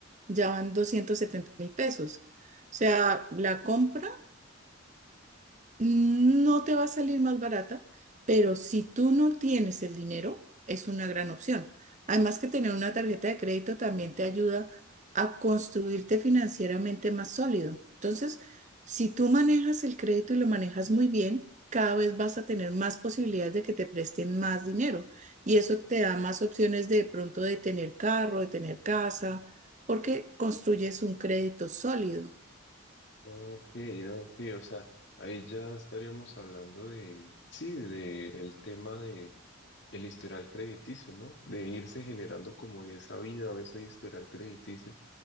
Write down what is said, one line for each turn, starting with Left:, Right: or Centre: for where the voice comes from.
Right: ya van doscientos setenta mil pesos. O sea, la compra no te va a salir más barata, pero si tú no tienes el dinero, es una gran opción. Además que tener una tarjeta de crédito
Left: Ok,
Right: también te ayuda a construirte financieramente más sólido. Entonces, si tú manejas el crédito y lo manejas muy bien, cada vez vas a tener más posibilidades de que te presten más dinero y eso te da más opciones de pronto de tener carro, de tener casa, porque construyes un crédito sólido.
Left: ok, ok, o sea, ahí ya estaríamos hablando de, sí, de el tema de el historial crediticio, ¿no? De irse generando como esa vida o ese historial crediticio.